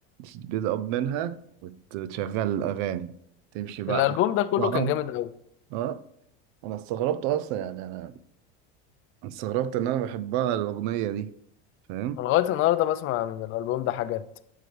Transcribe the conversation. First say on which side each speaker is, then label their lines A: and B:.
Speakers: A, on the right; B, on the left.
A: بتقب منها وت- وتشغل الأغاني تمشي بقى
B: الالبوم ده كله
A: بقى
B: كان جامد قوي
A: اه أنا استغربت أصلا يعني أنا أنا استغربت إن أنا بحبها الأغنية دي فاهم؟
B: انا لغايه النهارده بسمع من الالبوم ده حاجات